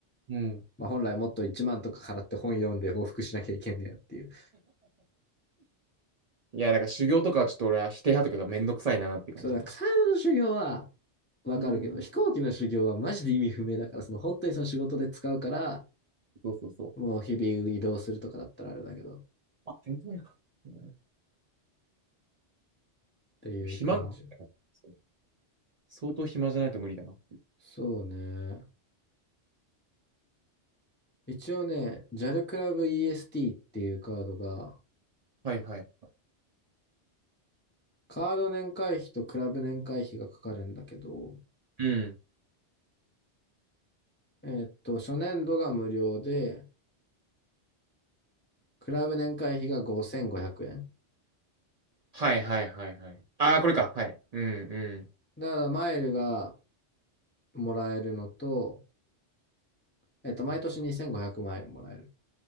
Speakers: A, on the right (about 50°); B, on the left (about 20°).
A: う。うん。
B: まあ本来もっと1万とか払って本読んで報復しなきゃいけんねやっていう。
A: いや、だから修行とかはちょっと俺は否定派とかがめんどくさいなっていう感じかな。
B: それはカードの修行はわかるけど、
A: うん。
B: 飛行機の修行はマジで意味不明だから、その本当にその仕事で使うから、
A: そうそうそう。
B: もう日々移動するとかだったらあれだけど、っ
A: あ、店頭やな。うん
B: ていう感じ。
A: 暇だ。そう相当暇じゃないと無理だな。
B: そうね。一応ね、JAL クラブ EST っていうカードが、
A: はいはい。
B: カード年会費とクラブ年会費がかかるんだけど、
A: うん。
B: えーっと、初年度が無料で、クラブ年会費が5500円。
A: はいはいはいはい。ああ、これか。はい。うんうん。
B: だから、マイルがもらえるのと、えっと、毎年2500マイルもらえる。